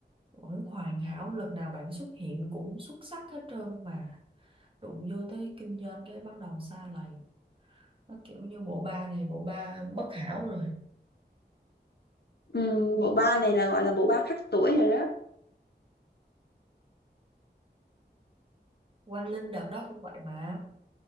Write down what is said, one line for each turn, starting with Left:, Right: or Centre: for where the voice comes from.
Right: vẫn hoàn hảo lần nào bạn xuất hiện cũng xuất sắc hết trơn mà đụng vô tới kinh doanh cái bắt đầu sa lầy nó kiểu như bộ ba này bộ ba bất hảo rồi
Left: Ừm, bộ ba này là gọi là bộ ba khắc tuổi rồi đó
Right: Quang Linh đợt đó cũng vậy mà